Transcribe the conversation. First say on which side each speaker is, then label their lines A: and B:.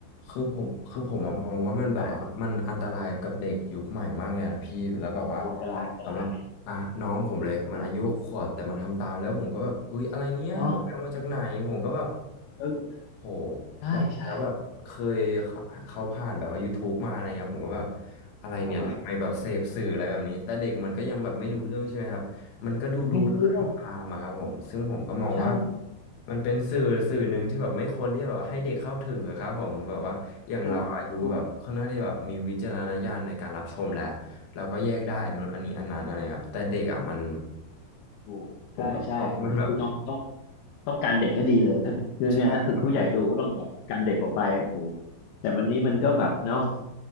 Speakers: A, on the left; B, on the left.
A: คือผมคือผมอะมองว่ามันแบบว่ามันอันตรายกับเด็กยุคใหม่มากเลยนะพี่
B: ได้
A: แล้วแบบว่า
B: โอ้อันตรายอันตราย
A: สำหรับอ่ะน้องผมเลยมันอายุหกขวบแต่มันทำตามแล้วผมก็แบบอุ๊ยอะไรเนี้ยแบบไปเอามาจากไหนผมก็แบบ
B: เนาะเออ
A: โห
B: ใช่ใช่
A: แบบแล้วแบบเคยเขาเขาผ่านแบบว่า YouTube มาอะไรเงี้ยผมก็แบบอะไรเนี่ยทำไมแบบเสพสื่ออะไรแบบนี้แต่เด็กมันก็ยังแบบไม่รู้เรื่องใช่ไหมครับ
B: เออ
A: มันก็ดูดูแล้วก็ทำตามอะครับผมซึ่งผมก็มองว่า
B: ไม่รู้เรื่องใช่
A: มันเป็นสื่อสื่อหนึ่งที่แบบไม่ควรที่จะแบบให้เด็กเข้าถึงอะครับผมแบบว่าอย่างเราอายุแบบค่อนข้างที่แบบมีวิจารณญาณในการรับชมแล้ว
B: ถูกถูก
A: เราก็แยกได้อันนู้นอันนี้อันนั้นอะไรครับแต่เด็กอะมัน
B: โอ้ใช่ใช่ต้องคือต้องต้อง
A: ผมแบบมองว่ามันแบบ
B: ต้องการเด็กให้ดีเลยถ้าเรื่องเนี้ยถ้าถึงผู้ใหญ่ดูก็ต้องแบบการเด็กออกไปโอ้โห
A: ใช่ครับ
B: แต่วันนี้มันก็แบบเนาะ